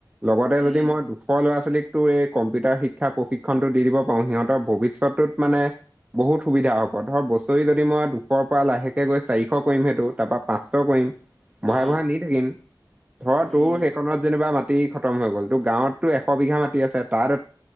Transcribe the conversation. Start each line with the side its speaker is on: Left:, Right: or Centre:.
Right: লগতে
Centre: উম
Right: যদি মই দুশৰ ল'ৰা ছোৱালীক এই কম্পিউটাৰ শিক্ষা প্ৰশিক্ষনটো দি দিব পাৰো সিহঁতৰ ভৱিষ্যতটোত মানে বহুত সুবিধা হ পব ধৰ বস্তু ৰি যদি মই দুশৰ পৰা লাহেকে গৈ চাৰিশ কৰিম সেইটো তাৰ পৰাৰা পাঁচশ কৰিম
Centre: অঁ
Right: ব়া ব়া নি থাকিম ধৰ
Centre: উম
Right: তোৰ সেইখনত যেনিবা মাটি খতম হৈ গ'ল তো গাঁৱতো এশ বিঘা মাটি আছে তাত